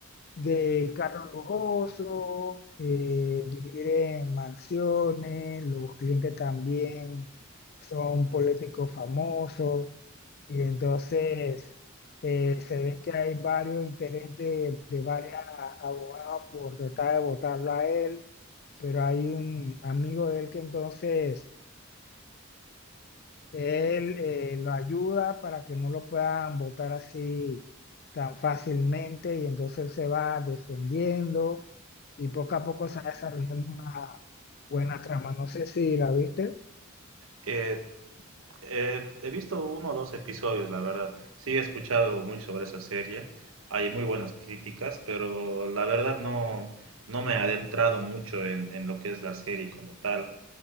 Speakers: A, on the left; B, on the right.
A: de carros lujosos, eh, vivir en mansiones, los clientes también son políticos famosos y entonces eh, se ve que hay varios intereses de, de varias abogadas por tratar de votarlo a él, pero hay un amigo de él que entonces él eh, lo ayuda para que no lo puedan botar así tan fácilmente y entonces él se va defendiendo y poco a poco se va desarrollando una buena trama. No sé si la viste.
B: Eh, Eh, he visto uno o dos episodios, la verdad. Sí, he escuchado mucho sobre esa serie. Hay muy buenas críticas, pero la verdad no, no me he adentrado mucho en, en lo que es la serie como tal.